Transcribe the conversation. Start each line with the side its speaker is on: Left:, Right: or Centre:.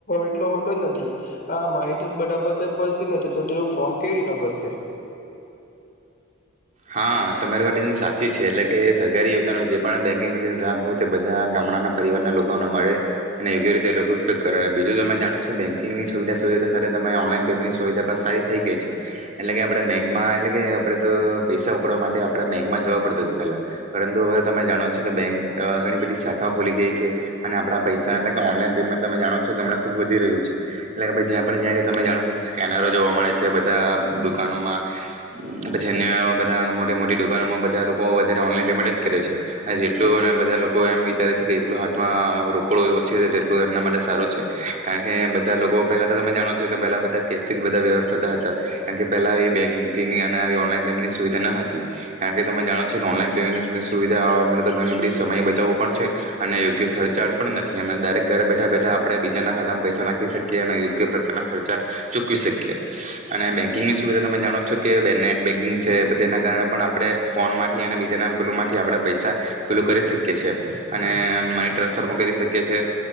Left: એટલો હોતો જ નથી આ માહિતી બધા પાસે ભતી નથી તો તે ફોર્મ કેવી રીના ભરશે?
Right: હા તમારી માટે એકદમ સાચી છે એટલે કે સરકારી યોજાનો જે પણ બેન્કિંગતે લાભ હોય તે બધા ગામડાના પરિવારના લોકોને મળે અને યોગ્ય રીતે એ લોકો ઉપયોગ કરે બીજું તમે જાણું છ છે બેન્કિંગની સુવિધા સુવિધા સાથે તમે ઓનલાઈન પેમેન્ટની સુવિધા પણ સારી થઈ ગઈ છે એટલે કે આપણે બેંકમાં એટલે કે આપણે તો પૈસા ઉપડવા માટે આપણે બેંકમાં જવા પડતું હતું પેલા પરંતુ હવે તમે જાણો છો કે બેંક ઘણી બધી શાખાઓ ખુલી ગઈ છે અને આપણા પૈસા એટલે ઓનલાઈન પેમેન્ટ તમે જાણો છો કે હમણાં ખુબ વધી રહ્યું છે એટલે કે જ્યાં જાય તમે જાણો છો કે સ્કેનરો જોવા મળે છે બધા દુકાનોમાં પછી અન્ય મોટી મોટી દુકાનોમાં બધા લોકો વધારે ઓનલાઈન પેમેન્ટ જ કરે છે અને જેટલું અને બધા લોકો એમ વિચારે છે કે જેટલું હાથમાં રોકડો ઓછી તેટલું એમના માટે સારું છે કારણ કે બધા લોકો પહેલા તો તમે જાણો છો કે પેલા બધા કેસથી જ બધા વ્યહાર થતા હતા કારણ કે પેલા આવી બેન્કિંગ અને આવી ઓનલાઈન પેમેન્ટ સુવિધા ન હતી કારણ કે તમે જાણો છો કે ઓનલાઈન પેમેન્ટની સુવિધા આવવા માટે તો ઘણી બધી સમય બચાવવું પણ છે અને યોગ્ય ખર્ચા પણ નથી અ ડાયરેક ઘરે બેઠા બેઠા આપણે બીજાના ખાતામાં પૈસા નાખી શકીએ અને યોગ્ય પ્રકારના ખર્ચા ચૂકવી શકીએ અને બેન્કિંગની સુવિધા તમે જાણો છો કે બે નેટ બેન્કિંગ તેના કારણે પણ આપણે ફોનમાંથી અને બીજાના પેલમાંથી આપણે પૈસા પેલું કરી શકીએ છીએ અને મની ટ્રાન્સફર પણ કરી શકીએ છીએ